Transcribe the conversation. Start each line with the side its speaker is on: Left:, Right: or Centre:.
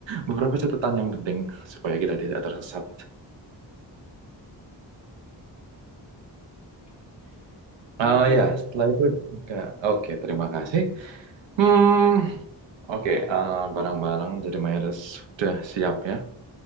Right: beberapa catatan yang penting supaya kita tidak tersesat.
Centre: Oke. Ini
Right: Oh
Centre: Joe.
Right: ya, setelah itu juga. Oke, terima kasih. Hmm, oke, eh, barang-barang jadi mayoritas sudah siap ya.